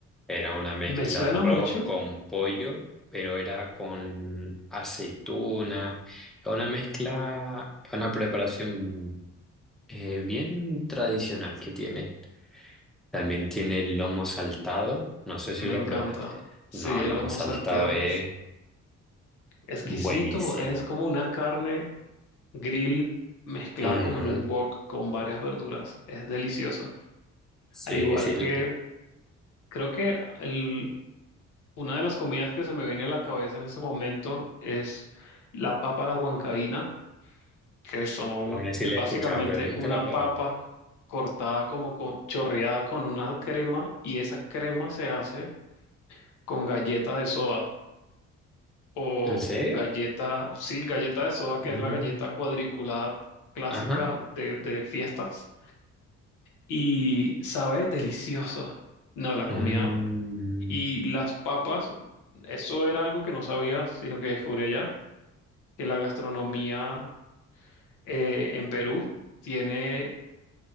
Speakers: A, in the centre; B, on the left.
A: Era una mezcla
B: Me suena
A: de arroz
B: mucho,
A: con pollo, pero era con aceituna. Una mezcla, una preparación eh, bien tradicional que tiene. También tiene el lomo saltado. No sé si
B: me
A: lo
B: encanta.
A: probaste.
B: Sí,
A: No,
B: el
A: el lomo
B: lomo
A: saltado
B: salteado
A: es
B: es exquisito,
A: buenísimo.
B: es como una carne grill mezclada
A: Ujú.
B: como en un wok con varias verduras. Es delicioso.
A: Sí,
B: Al igual
A: sí,
B: que
A: le-
B: creo que el Una de las comidas que se me viene a la cabeza en ese momento es la papa a la huancaína, que son,
A: vamos a decir,
B: es
A: la he
B: básicamente
A: escuchado, pero nunca
B: una
A: la he probado.
B: papa cortada como con, chorreada con una crema y esa crema se hace con galleta de soda o
A: ¿En serio?
B: galleta, sí, galleta de soda,
A: Mm,
B: que es la galleta cuadriculada clásica
A: ajá.
B: de, de fiestas y sabe deliciosa. No, la
A: Mm,
B: comida y las papas, eso era algo que no sabía, sino que descubrí allá. que la gastronomía eh, en Perú tiene